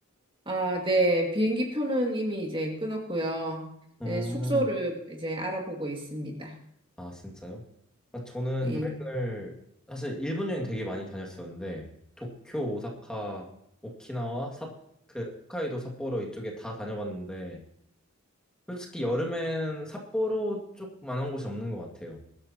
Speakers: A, on the right (about 25°); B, in the centre.
A: 아, 네. 비행기 표는 이미 이제 끊었고요.
B: 어,
A: 이제 숙소를 이제 알아보고 있습니다.
B: 아, 진짜요? 아, 저는
A: 예.
B: 여행을, 사실 일본 여행 되게 많이 다녔었는데, 도쿄, 오사카, 오키나와, 삿, 그, 홋카이도, 삿포로 이쪽에 다 다녀봤는데, 솔직히 여름엔 삿포로 쪽만한 곳이 없는 것 같아요.